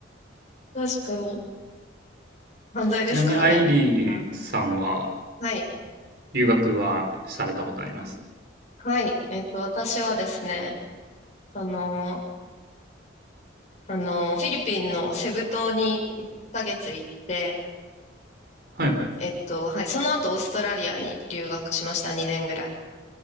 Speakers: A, on the left; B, on the right.
A: 確かに。ん犯罪ですからね。
B: ちなみにアイリーさんは
A: うんはい。
B: 留学はされたことあります
A: はい。えっと、私はですね、その、あの、フィリピンのセブ島に1ヶ月行って、
B: はいはい。
A: えっと、はい、その後オーストラリアに留学しました、2年ぐらい。